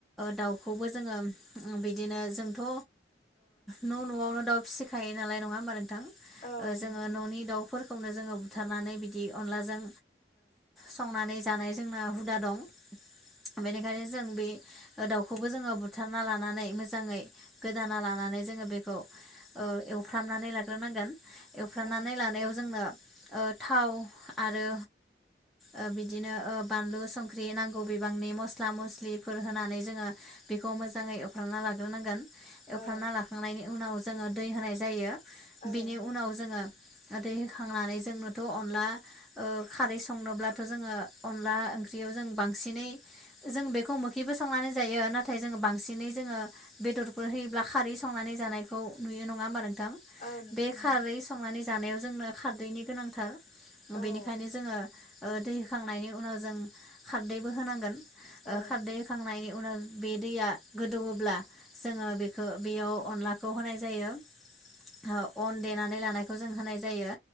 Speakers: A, in the centre; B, on the left.
A: दाउखौबो जोङो बिदिनो जोंथ' न' न'आवनो दाउ फिसिखायो नालाय नङा होमबा नोंथां जोङो
B: औ नोंथां
A: न'नि दाउफोर खौनो जोङो बुथारनानै बिदि अनलाजों संनानै जानाय जोंना हुदा दं। बेनिखायनो जों बे दाउखौबो जोङो बुथारना लानानै मोजाङै गोदाना लानानै जोङो बेखौ एवफ्रामनानै लाग्रोनांगोन। एवफ्रानानै
B: औ
A: लानायाव जोंनो ओ थाव आरो ओ बिदिनो ओ बानलु संख्रि नांगौ बिबांनि मस्ला मस्लिफोर होनानै जोङो बेखौ मोजाङै एवफ्रामना लाग्रोनांगोन। एवफ्रामना
B: औ
A: लाखांनायनि उनाव जोङो दै होनाय जायो।
B: औ
A: बेनि उनाव जोङो गोदौ होखांनानै जोंनोथ' अनला ओ खारै संनोब्लाथ' जोङो अनला ओंख्रियाव जों बांसिनै जों बेखौ मोखिबो संनानै जायो नाथाय जोङो बांसिनै जोङो बेदरफोर होयोब्ला खारै संनानै जानायखौ नुयो नङा होमब्ला नों थां
B: औ नोंथां
A: बे खारै संनानै जानायाव जोंनो खारदैनि गोनांथार। बेनिखायनो
B: औ
A: जोङो ओ दै होखांनायनि उनाव जों खारदैबो होथारनांगोन।
B: औ
A: आ खारदै
B: औ
A: होखांनायनि उनाव बे दैया गोदौवोब्ला जोङो बेखौ बेयाव अनलाखौ होनाय जायो। ओ अन देनानै लानायखौ जों होनाय जायो।